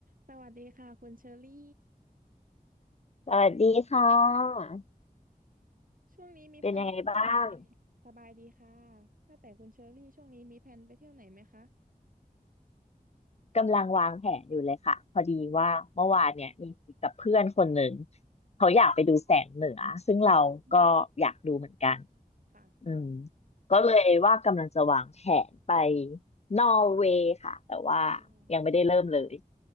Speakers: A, on the right; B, on the left.
A: สวัสดีค่ะคุณเชอรี่
B: สวัสดีค่ะ
A: ช่วงนี้มีแผนไปเที่ยวไหนไหม
B: เป็นยังไงบ้าง
A: สบายดีค่ะว่าแต่คุณเชอรี่ช่วงนี้มีแผนไปเที่ยวไหนไหมคะ
B: กำลังวางแผนอยู่เลยค่ะ พอดีว่าเมื่อวานเนี่ยมีคุยกับเพื่อนคนหนึ่งเขาอยากไปดูแสงเหนือซึ่งเราก็อยากดูเหมือนกัน
A: อืมค่ะ
B: อืมก็เลยว่ากำลังจะวางแผนไปนอร์เวย์ค่ะ แต่ว่า
A: ว้าว
B: ยังไม่ได้เริ่มเลย